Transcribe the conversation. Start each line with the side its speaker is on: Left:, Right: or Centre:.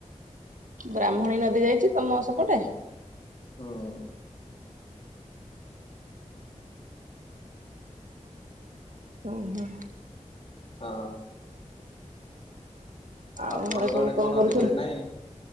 Right: ବ୍ରାହ୍ମଣୀ ନଦୀ ଯାଇଚି ତମ ସେପଟେ
Left: ହୁଁ।
Right: ଓହୋ।
Left: ହଁ।
Right: ଆଉ
Left: ଆପଣଙ୍କ
Right: ଘରେ ସବୁ
Left: ଆଡେ କୋଉ
Right: କଣ
Left: ନଦୀ
Right: କରୁଛନ୍ତି?
Left: ଫଦୀ ନାହିଁ